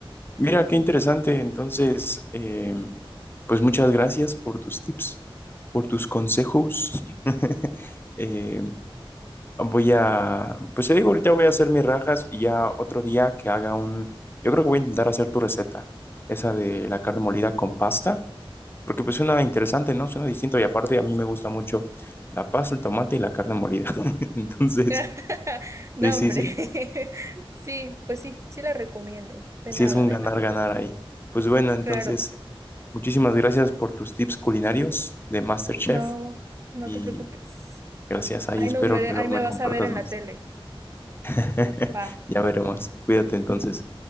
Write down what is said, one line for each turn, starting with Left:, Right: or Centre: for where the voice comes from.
Left: mira, qué interesante. Entonces, eh, pues muchas gracias por tus tips, por tus consejos. <laughs> Eh, Voy a, pues te digo, ahorita voy a hacer mis rajas y ya otro día que haga un, yo creo que voy a intentar hacer tu receta, esa de la carne molida con pasta, porque pues suena interesante, ¿no? Suena distinto y aparte a mí me gusta mucho la pasta, el tomate y la carne molida. <laughs> Entonces,
Right: <laughs> No,
Left: sí, sí,
Right: hombre.
Left: sí,
Right: <laughs> Sí, pues sí, sí la recomiendo. De
Left: sí
Right: nada,
Left: es un
Right: de
Left: ganar,
Right: nada.
Left: ganar ahí. Pues bueno, entonces,
Right: Claro,
Left: muchísimas gracias por tus tips culinarios de MasterChef
Right: no, no
Left: y
Right: te preocupes.
Left: gracias ahí,
Right: Ahí
Left: espero
Right: nos veré,
Left: que luego
Right: ahí me
Left: me
Right: vas
Left: compartas
Right: a ver en
Left: más.
Right: la tele.
Left: <laughs>
Right: Va,
Left: Ya veremos. Cuídate entonces.